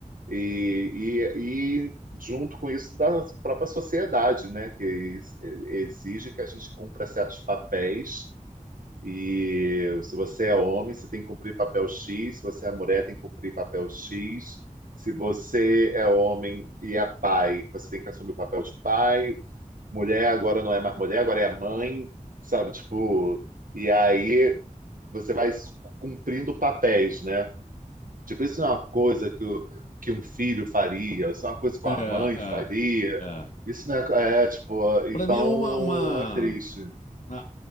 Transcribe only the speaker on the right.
e, e, e junto com isso da própria sociedade, né, que ex- exige que a gente cumpra certos papéis e se você é homem, você tem que cumprir papel X, se você é mulher, tem que cumprir papel X. Se você é homem e é pai, você tem que assumir o papel de pai. Mulher agora não é mais mulher, agora é mãe, sabe? Tipo, e aí você vai cumprindo papéis, né? Tipo, isso não é uma coisa que, o- que um filho faria, isso é uma coisa que
uma mãe
faria.
Isso não é, é tipo, então
é triste,